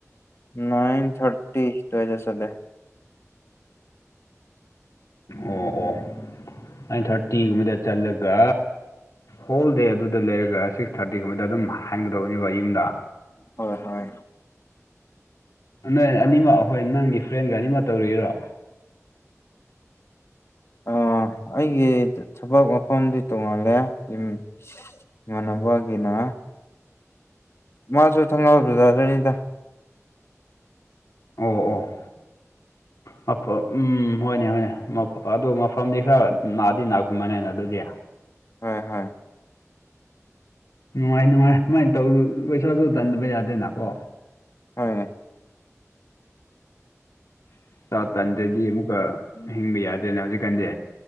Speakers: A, on the left; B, on the left.
A: ꯅꯥꯏꯟ ꯊ꯭ꯔꯥꯇꯤ ꯑꯗꯨꯋꯥꯏꯗ ꯆꯠꯂꯦ꯫
B: ꯑꯣ ꯑꯣ ꯅꯥꯏꯟ ꯊ꯭ꯔꯥꯇꯤꯒꯨꯝꯕꯗ ꯆꯠꯂꯒ ꯍꯣꯜ ꯗꯦ ꯑꯗꯨꯗ ꯂꯩꯔꯒ ꯁꯤꯛꯁ ꯊ꯭ꯔꯥꯇꯤꯒꯨꯝꯕꯗ ꯑꯗꯨꯝ ꯍꯥꯏꯒꯗꯕꯅꯦꯕ ꯌꯨꯝꯗ꯫
A: ꯍꯣꯏ ꯍꯣꯏ
B: ꯅꯣꯏ ꯑꯅꯤꯃꯛ ꯑꯈꯣꯏ ꯅꯪꯒꯤ ꯐ꯭ꯔꯦꯟꯒ ꯑꯅꯤꯃꯛ ꯇꯧꯔꯛꯏꯔꯣ꯫
A: ꯑꯥ ꯑꯩꯒꯤ ꯊꯕꯛ ꯃꯐꯝꯗꯤ ꯇꯣꯡꯉꯥꯜꯂꯦ ꯎꯝ ꯃꯅꯥꯕꯒꯤꯅ ꯃꯥꯁꯨ ꯊꯪꯒꯥꯜ ꯕꯖꯔꯗꯅꯤꯗ꯫
B: ꯑꯣ ꯑꯣ ꯃꯐꯝ ꯎꯝ ꯍꯣꯏꯅꯦ ꯍꯣꯏꯅꯦ ꯑꯗꯨ ꯃꯐꯝꯗꯤ ꯈꯔ ꯅꯥꯗꯤ ꯅꯥꯛꯄ ꯃꯅꯦꯅ ꯑꯗꯨꯗꯤ
A: ꯍꯣꯏ ꯍꯣꯏ
B: ꯅꯨꯡꯉꯥꯏ ꯅꯨꯡꯉꯥꯏ ꯁꯨꯃꯥꯏꯅ ꯇꯧ ꯄꯩꯁꯥꯁꯨ ꯇꯟꯗꯕ ꯌꯥꯗꯦꯅꯀꯣ
A: ꯍꯣꯢ
B: ꯆꯥꯛ ꯇꯟꯗ꯭ꯔꯗꯤ ꯑꯃꯨꯛꯀ ꯍꯤꯡꯕ ꯌꯥꯗ꯭ꯔꯦꯅ ꯍꯧꯖꯤꯛꯀꯥꯟꯗꯤ